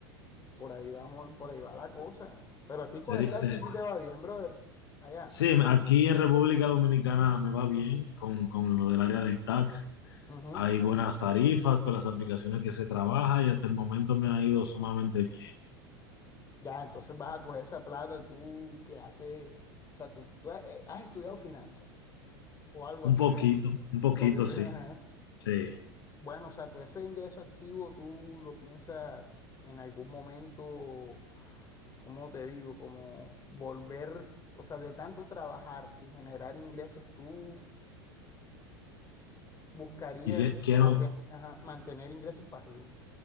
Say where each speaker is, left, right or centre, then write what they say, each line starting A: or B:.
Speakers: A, on the left; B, on the left.
A: por ahí vamos, por ahí va la cosa. Pero a ti con
B: Seri-
A: el taxi
B: se-
A: sí te va bien, brother. Allá.
B: sí,
A: Sí,
B: aquí en República Dominicana me va bien con, con lo del área del taxi.
A: Ujú.
B: Hay buenas tarifas con las aplicaciones que se trabaja y hasta el momento me ha ido sumamente bien.
A: Ya, entonces vas a coger esa plata tú que hace, o sea, tú, tú has, eh, has estudiado finanzas o algo así.
B: Un poquito, un poquito,
A: Porque, <laughs>
B: sí,
A: ajá.
B: sí.
A: bueno, o sea, tú ese ingreso activo tú lo piensas en algún momento, ¿cómo te digo? Como volver, o sea, de tanto trabajar y generar ingresos, tú buscarías
B: Quisi- quiero,
A: manten- ajá, mantener ingresos pasivos,